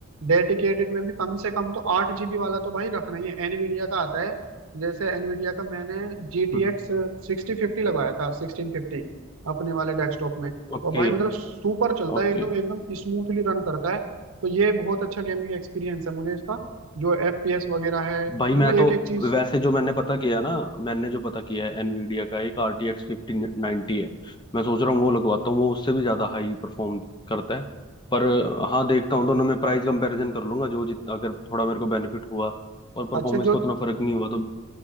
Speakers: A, on the right; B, on the left.
A: डेडिकेटेड में भी कम से कम तो आठ जीबी वाला तो भाई रखना ही है एनवीडिया का आता है जैसे एनवीडिया का मैंने G T
B: हम्म
A: X sixty fifty लगवाया था सिक्सटीन फिफ्टी अपने वाले डेस्कटॉप में
B: ओके
A: और भाई मतलब सुपर चलता
B: ओके
A: है एकदम एकदम स्मूथली रन करता है तो ये बहुत अच्छा गेमिंग एक्सपीरियंस है मुझे इसका जो एफ पी एस वगैरह है
B: भाई
A: मतलब
B: मैं
A: एक
B: तो
A: एक चीज
B: वैसे जो मैंने पता किया ना मैंने जो पता किया है एनवीडिया का एक आर टी एक्स फिफ्टीन नाइनटी है मैं सोच रहा हूँ वो लगवाता हूँ वो उससे भी ज्यादा हाई परफॉर्म करता है पर हाँ देखता हूँ दोनों में प्राइस कंपैरिजन कर लूंगा जो जित अगर थोड़ा मेरे को बेनिफिट हुआ और परफॉर्मेंस
A: अच्छा जो
B: का उतना फर्क नहीं हुआ तो